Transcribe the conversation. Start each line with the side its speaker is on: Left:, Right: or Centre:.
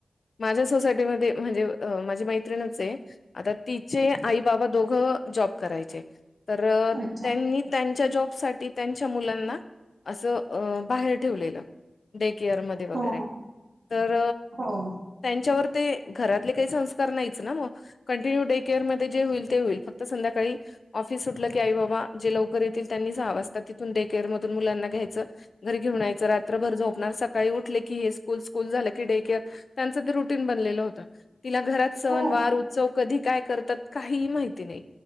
Left: माझ्या सोसायटीमध्ये म्हणजे अं माझी मैत्रिणच आहे आता तिचे आई बाबा दोघं जॉब करायचे,, तर
Right: अच्छा
Left: त्यांनी त्यांच्या जॉब साठी त्यांच्या मुलांना,, अ असं बाहेर ठेवलेलं. डे केअर मध्ये वगैरे.
Right: हो
Left: तर
Right: हो
Left: त्यांच्यावर ते,, घरातले काही संस्कार नाहीच ना मग कंटिन्यू डे केअरमध्येध जे होईल ते होईल,, फक्त संध्याकाळी ऑफिस सुटलं की आई बाबा, जे लवकर येतील त्यांनी सहा वाजता तिथून डे केअर मधून मुलांना घ्यायचं घरी घेऊन यायचं, रात्रभर झोपणार, सकाळी उठले की फुल्ल स्कूल झालं की डे केअर,, त्यांच ते रुटीन बनलेलं होतं. तिला घरात सण,
Right: हो हो
Left: वार, उत्सव कधी काय करतात काहीही माहिती नाही.